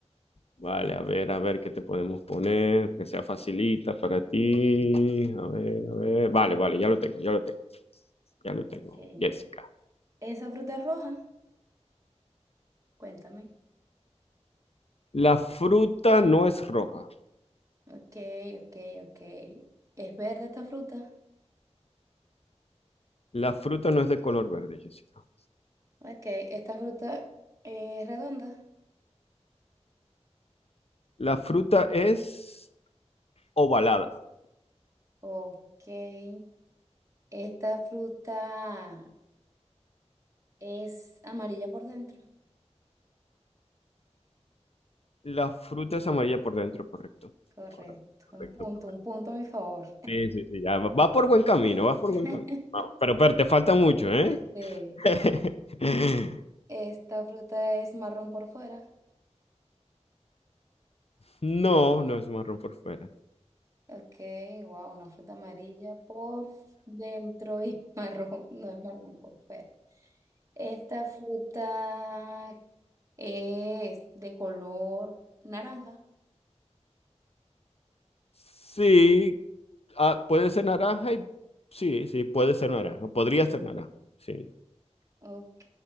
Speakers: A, on the left; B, on the right.
A: Vale, a ver, a ver qué te podemos poner, que sea facilita para ti. A ver, a ver. Vale, vale, ya lo tengo, ya lo tengo. Ya lo tengo,
B: ok.
A: Jessica.
B: ¿Esa fruta es roja? Cuéntame.
A: La fruta no es roja.
B: Ok, ok, ok. ¿Es verde esta fruta?
A: La fruta no es de color verde, Jessica.
B: Ok, esta fruta es redonda.
A: La fruta es ovalada.
B: Ok, esta fruta es amarilla por dentro.
A: La fruta es amarilla por dentro, correcto.
B: Correcto,
A: Correcto, correcto.
B: un punto, un punto a mi favor.
A: Sí, sí, sí, ya va va por buen camino, vas por
B: <laughs>
A: buen camino. Vamos, pero, pero te falta mucho, ¿eh?
B: Sí,
A: <laughs>
B: esta fruta es marrón por fuera.
A: No, no es marrón por fuera.
B: Ok, wow, una fruta amarilla por dentro y <laughs> marrón, no es marrón por fuera. Esta fruta es de color naranja.
A: Sí, ah, puede ser naranja y sí, sí, puede ser naranja. Podría ser naranja, sí.
B: Ok,